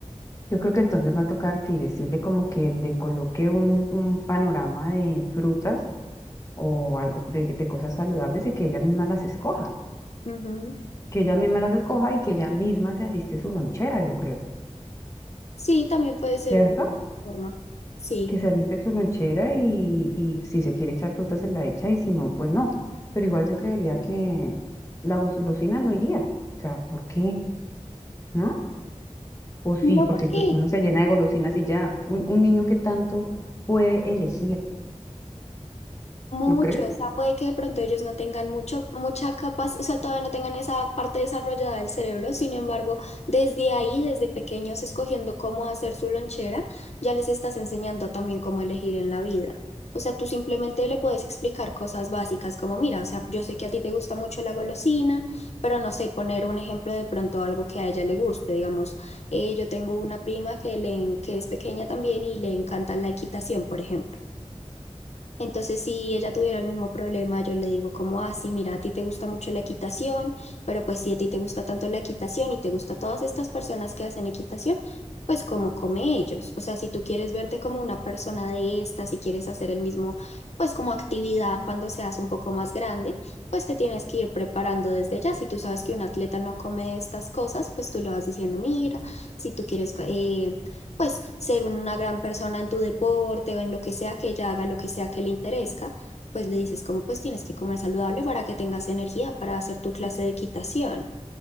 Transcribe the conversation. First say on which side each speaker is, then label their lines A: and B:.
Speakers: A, on the left; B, on the left.
A: yo creo que entonces va a tocar, sí, decirle como que le coloque un, un panorama de frutas o algo de, de cosas saludables y que ella misma las escoja.
B: Ujú.
A: Que ella misma las escoja y que ella misma se aliste su lonchera, yo creo.
B: Sí, también puede ser
A: ¿Cierto?
B: una forma. Sí.
A: Que se aliste su lonchera y, y si se quiere echar frutas se la echa y si no, pues no. Pero igual yo creería que la golosina no iría. O sea, ¿por qué? ¿No? O sí,
B: No
A: porque
B: porque
A: pues uno se llena de golosinas y ya. Un, un niño que tanto puede elegir,
B: Mucho,
A: ¿no crees?
B: o sea, puede que de pronto ellos no tengan mucho, mucha capacidad, o sea, todavía no tengan esa parte desarrollada del cerebro, sin embargo, desde ahí, desde pequeños, escogiendo cómo hacer su lonchera, ya les estás enseñando también cómo elegir en la vida. O sea, tú simplemente le puedes explicar cosas básicas como, mira, o sea, yo sé que a ti te gusta mucho la golosina, pero no sé, poner un ejemplo de pronto algo que a ella le guste, digamos, eh, yo tengo una prima que, le, en- que es pequeña también y le encanta la equitación, por ejemplo. Entonces, si ella tuviera el mismo problema, yo le digo como, ah, sí, mira, a ti te gusta mucho la equitación, pero pues si a ti te gusta tanto la equitación y te gusta todas estas personas que hacen equitación, pues como come ellos. O sea, si tú quieres verte como una persona de estas, si quieres hacer el mismo, pues como actividad cuando seas un poco más grande, pues te tienes que ir preparando desde ya. Si tú sabes que un atleta no come estas cosas, pues tú le vas diciendo, mira, si tú quieres... eh, pues ser una gran persona en tu deporte o en lo que sea que ella haga, lo que sea que le interese, pues le dices como pues tienes que comer saludable para que tengas energía para hacer tu clase de equitación.